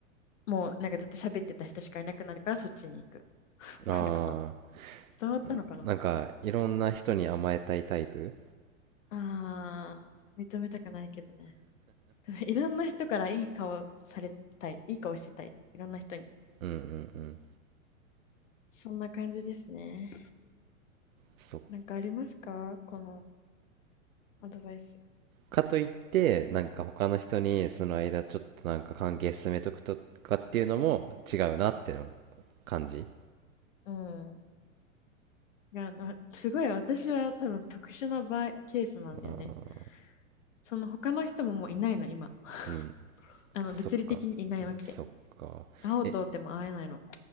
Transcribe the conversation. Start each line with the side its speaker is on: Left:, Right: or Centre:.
Left: もうなんかずっと喋ってた人しかいなくなるからそっちに行く。<laughs> わかるかな
Right: ああ
Left: 伝わったのかな
Right: なんかいろんな人に甘えたいタイプ
Left: あー、認めたくないけどね。<laughs> いろんな人からいい顔されたい。いい顔してたい。いろんな人に。
Right: うんうんうん
Left: そんな感じですね。
Right: そっ
Left: なんかありますかこのアドバイス。
Right: かといってなんか他の人にその間ちょっとなんか関係進めとくとかっていうのも違うなっての感じ
Left: うん。が、なすごい私は多分特殊な場合、ケースなんだよね。
Right: あー
Left: その他の人ももういないの、今。<laughs>
Right: うん
Left: あの、
Right: そっか
Left: 物理的にいないわけ。
Right: そっかえ
Left: 会おうと思っても会えないの。